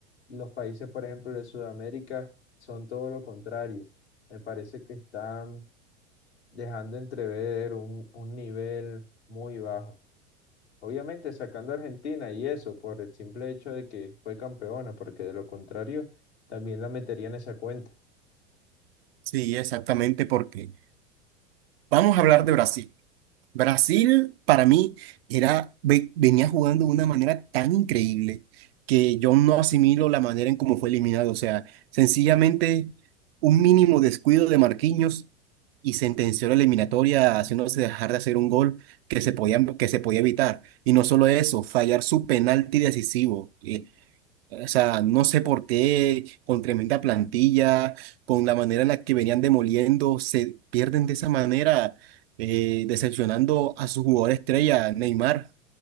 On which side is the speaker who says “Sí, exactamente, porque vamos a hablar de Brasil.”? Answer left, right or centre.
Right